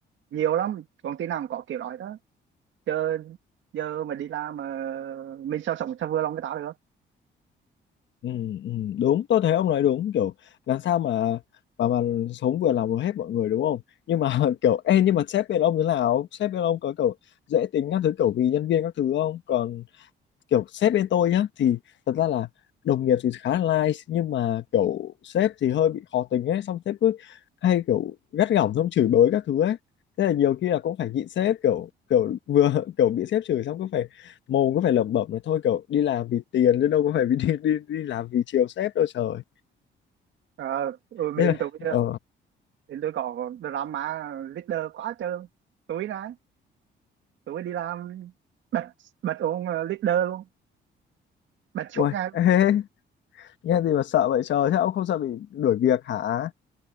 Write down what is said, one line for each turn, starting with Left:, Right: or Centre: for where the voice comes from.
Right: nhiều lắm công ty nào cũng có kiểu đó đó chứ giờ mà đi làm mà mình sao sống sao vừa lòng người ta được
Left: Ừ, ừ, đúng tôi thấy ông nói đúng kiểu làm sao mà mà mà sống vừa lòng hết mọi người đúng không nhưng mà <laughs> kiểu ê nhưng mà sếp bên ông thế nào sếp bên ông có kiểu dễ tính các thứ kiểu vì nhân viên các thứ không còn kiểu sếp bên tôi nhá thì thật ra là đồng nghiệp thì khá là nice nhưng mà kiểu sếp thì hơi bị khó tính ấy xong sếp cứ hay kiểu gắt gỏng xong chửi bới các thứ ấy thế là nhiều khi là cũng phải nhịn sếp kiểu kiểu vừa <laughs> kiểu bị sếp chửi xong cứ phải mồm cứ phải lẩm bẩm là thôi kiểu đi làm vì tiền chứ đâu có phải vì đi, đi đi làm vì chiều sếp đâu trời
Right: ờ ừ,
Left: thế
Right: bên
Left: là
Right: tôi
Left: ờ
Right: ờ, thì tôi có drama leader quá trời tối đấy tối đi làm bật bật ông leader luôn bật chỗ
Left: ui
Right: ngay luôn.
Left: ê, <laughs> nghe gì mà sợ vậy trời thế ông không sợ bị đuổi việc hả